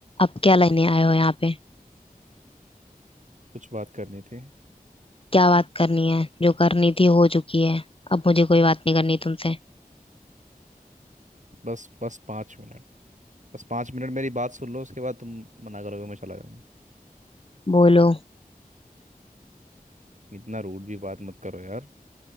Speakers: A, on the left (about 35°); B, on the right (about 55°).
A: अब क्या लेने आए हो यहाँ पे
B: कुछ बात करनी थी
A: क्या बात करनी है जो करनी थी हो चुकी है अब मुझे कोई बात नहीं करनी तुमसे
B: बस बस पाँच मिनट बस पाँच मिनट मेरी बात सुन लो उसके बाद तुम मना करोगे मैं चला जाऊंगा
A: बोलो
B: इतना रूड भी बात मत करो यार